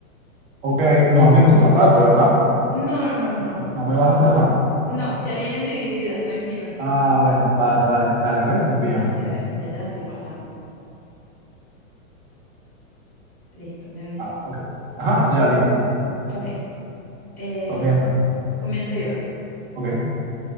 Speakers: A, on the right (about 40°); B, in the centre.
A: Ok, no has visto esa parte, ¿verdad?
B: No, no, no, no, no.
A: No me vas a hacer trampa.
B: No, ya vienen divididas, tranquila.
A: Ah, bueno, vale, dale, dale, ve, envíamelo.
B: Bueno, chévere, ya te la estoy pasando. Listo, me avisa.
A: Ah, ok. Ajá, ya listo, aquí está.
B: Ok, eh,
A: Comienza.
B: comienzo yo.
A: Ok.